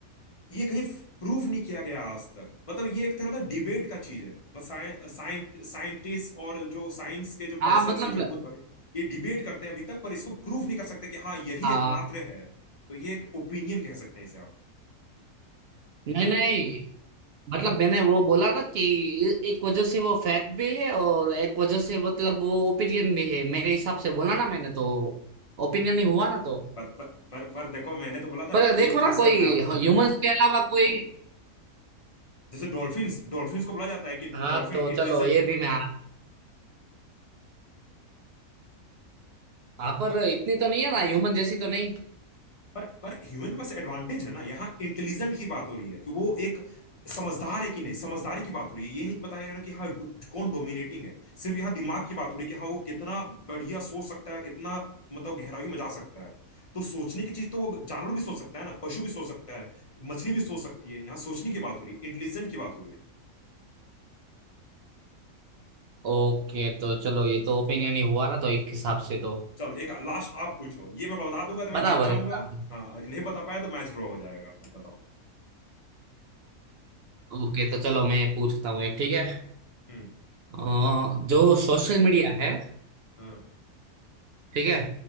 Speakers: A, on the left; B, on the right.
A: ये कहीं प्रूफ नहीं किया गया आज तक मतलब ये एक तरह का डिबेट का चीज है मतलब साइंटिस्ट और जो साइंस के जो
B: हाँ
A: पर्सन
B: मतलब
A: है जो बहुत बड़े ये डिबेट करते हैं अभी तक पर इसको प्रूफ नहीं कर सकते कि हाँ यही
B: हाँ
A: एकमात्र है तो ये एक ओपिनियन कह सकते हैं इसे आप
B: नहीं नहीं मतलब मैंने वो बोला ना कि एक वजह से वो फैक्ट भी है और एक वजह से मतलब वो ओपिनियन भी है मेरे हिसाब से बोला ना मैंने तो ओपिनियन ही हुआ ना तो
A: पर पर पर, पर देखो मैंने तो बोला था
B: पर
A: ना
B: देखो
A: एक चूज
B: ना कोई
A: करना है आपको
B: ह्यूमंस के अलावा कोई
A: जैसे डॉल्फिन्स डॉल्फिन्स को बोला जाता है कि
B: हाँ
A: डॉल्फिन
B: तो
A: इंटेलिजेंट
B: चलो ये
A: है
B: भी मैं हाँ पर इतनी तो नहीं है ना ह्यूमन जैसी तो नहीं
A: पर पर ह्यूमन के पास एडवांटेज है ना यहाँ इंटेलिजेंट की बात हो रही है कि वो एक समझदार है कि नहीं समझदारी की बात हो रही है ये नहीं बताया जा रहा कि हाँ डो- कौन डोमिनेटिंग है सिर्फ यहाँ दिमाग की बात हो रही है कि हाँ वो कितना बढ़िया सोच सकता है कितना मतलब गहराइयों में जा सकता है तो सोचने की चीज तो वो जानवर भी सोच सकता है ना पशु भी सोच सकता है मछली भी सोच सकती है यहाँ सोचने की बात हो रही है इंटेलिजेंट की बात हो रही है
B: ओके तो चलो ये तो ओपिनियन ही हुआ ना तो एक हिसाब से तो
A: चलो एक लास्ट आप पूछो ये मैं बता दूंगा तो मैं
B: बराबर
A: जीत जाऊंगा
B: है बराबर
A: हाँ और नहीं बता पाया तो मैच ड्रॉ हो जाएगा बताओ
B: ओके तो चलो मैं पूछता हूँ एक ठीक है
A: हम्म
B: अ, जो सोशल मीडिया है
A: हाँ
B: ठीक है